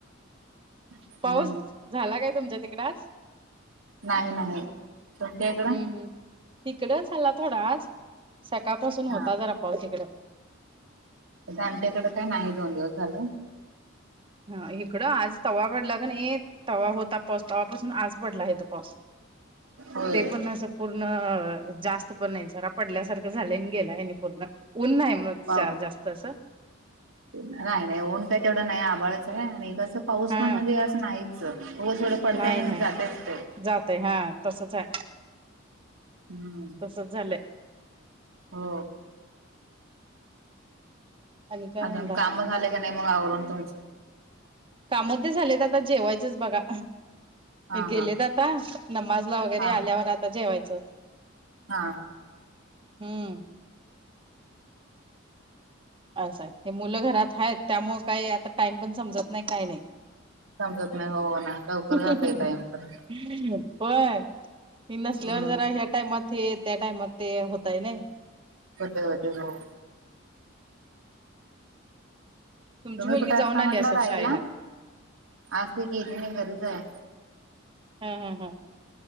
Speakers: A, on the right (about 80°); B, on the right (about 25°).
A: हम्म
B: पाऊस झाला काय तुमच्या तिकड आज
A: नाही नाही तुमच्या इकडं
B: हम्म हम् इकडं झाल्ला थोडाच सकाळपासून होता
A: हा
B: जरा पाऊस तिकडं
A: आमच्याकडे काय नाही दोन दिवस झालं
B: ह इकडं आज तवा पडला कणी तवा होता पस तव्हापासून आज पडला इथं पाऊस
A: होय
B: ते पण असं पूर्ण जास्त पण नाही जरा पडल्यासारखं झालं गेला आहे पूर्ण ऊन नाही मग
A: पाव
B: चार जास्त असं
A: नाही नाही ऊन काही तेवढं नाही आभाळच आहे आणि कसं पाऊस
B: हा
A: पण म्हणजे असं नाही हो थोडं पडते
B: नाही
A: आणि
B: नाही
A: जातच ते
B: जातय हा तसच हाय
A: हम्म.
B: तसच झालंय
A: हो
B: आणि काय
A: अजून
B: म्हणताय
A: काम झाले का नाही मग आवरून तुमचं
B: काम ते झालेत आता जेवायचंच बघा
A: हा
B: हे गेलेत
A: हा
B: आता नमाजला वगैरे
A: हा
B: आल्यावर आता जेवायचं
A: हा
B: हम्म असं आहे हे मुलं घरात आहेत त्यामुळे काही आता टाइम पण समजत नाही काही नाही
A: समजत नाही हो ना लवकर
B: नाही.
A: जातय टाईम पण
B: होय ती नसल्यावर
A: हम्म
B: जरा ह्या टाइमात त्या टाइमात ते होतय नाही
A: होतय होते हो
B: तुमची
A: तुम्ही
B: मुलगी
A: कुठे
B: जाऊन
A: असता
B: आली
A: म्हटला
B: असेल
A: राहिला
B: शाळेला.
A: आज त गेली नाही घरीच हाय
B: हम् हम् हम